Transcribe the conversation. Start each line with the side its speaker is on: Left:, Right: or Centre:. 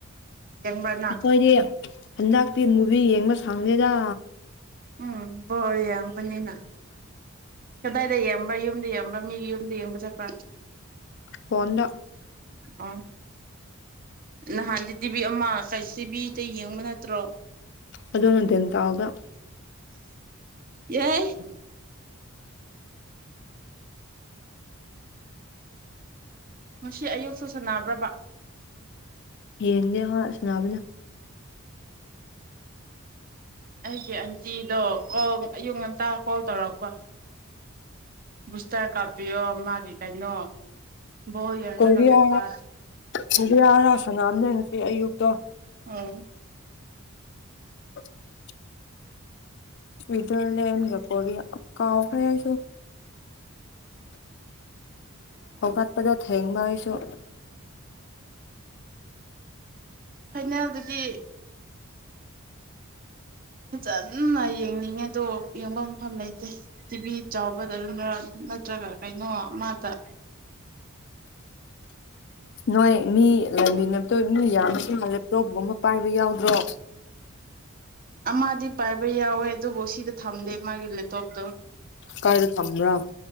Right: ꯌꯦꯡꯕ꯭ꯔꯥ ꯅꯪ
Left: ꯑꯩꯈꯣꯏꯗꯤ ꯍꯟꯗꯛꯇꯤ ꯃꯨꯚꯤ ꯌꯦꯡꯕ ꯁꯥꯡꯗꯦꯗ
Right: ꯎꯝ ꯌꯥꯝꯕꯅꯤꯅ ꯀꯗꯥꯏꯗ ꯌꯦꯡꯕ ꯌꯨꯝꯗ ꯌꯦꯡꯕ ꯃꯤꯒꯤ ꯌꯨꯝꯗ ꯌꯦꯡꯕ ꯆꯠꯄ
Left: ꯐꯣꯟꯗ
Right: ꯑ ꯅꯍꯥꯟꯗꯤ ꯇꯤꯚꯤ ꯑꯃ ꯀ ꯇꯤꯚꯤꯗ ꯌꯦꯡꯕ ꯅꯠꯇ꯭ꯔꯣ
Left: ꯑꯗꯨꯗꯣ ꯅꯗꯦ ꯇꯑꯒ
Right: ꯌꯥꯏ ꯉꯁꯤ ꯑꯌꯨꯛꯁꯨ ꯁꯥꯟꯅꯕ꯭ꯔꯕ
Left: ꯌꯦꯡꯗꯦ ꯍꯣꯏ ꯁꯅꯥꯕꯅ
Right: ꯑꯩꯒꯤ ꯑꯟꯇꯤꯗꯣ ꯀꯜ ꯑꯌꯨꯛ ꯉꯟꯇꯥ ꯀꯣꯜ ꯇꯧꯔꯛꯄ ꯕꯨꯁꯇꯔ ꯀꯥꯞꯄꯤꯌꯣ ꯃꯥꯒꯤ ꯀꯩꯅꯣ ꯕꯣꯜ ꯌꯦꯡꯔꯒ
Left: ꯀꯣꯔꯤꯌꯥ
Right: ꯂꯩꯕ
Left: ꯀꯔꯤꯌꯥꯔꯁꯅ ꯊꯅꯔꯁꯤ ꯑꯌꯨꯛꯇꯣ
Right: ꯑꯣ
Left: <inaudible> ꯏꯗꯨꯣꯂꯦꯝꯖ ꯀꯣ ꯀꯥꯎ ꯑꯔꯥꯏꯁꯨ ꯍꯒꯄꯗꯠ ꯍꯡ ꯏꯁ ꯆꯣꯠ
Right: ꯐꯥꯏꯅꯦꯜꯗꯗꯤ ꯐꯖꯅ ꯌꯦꯡꯅꯤꯡꯉꯦꯗꯣ ꯌꯦꯡꯕ ꯃꯐꯝ ꯂꯩꯇꯦ ꯇꯤꯚꯤ ꯆꯥꯎꯕꯗ ꯑꯗꯨꯅ ꯅꯠꯇ꯭ꯔꯒ ꯀꯩꯅꯣ ꯃꯥꯗ
Left: ꯅꯣꯏ ꯃꯤ ꯂꯩꯃꯤꯟꯅꯞꯇꯣꯏ ꯃꯤ ꯌꯥꯝ ꯃꯤ ꯑꯃ ꯂꯦꯞꯇꯣꯞꯒꯨꯝꯕ ꯄꯥꯏꯕ ꯌꯥꯎꯗ꯭ꯔꯣ
Right: ꯑꯃꯗꯤ ꯄꯥꯏꯕ ꯌꯥꯎꯋꯦ ꯑꯗꯨꯕꯨ ꯁꯤꯗ ꯊꯝꯗꯦ ꯃꯥꯒꯤ ꯂꯦꯞꯇꯣꯞꯇꯣ
Left: ꯀꯥꯏꯗ ꯊꯝꯕ꯭ꯔꯥ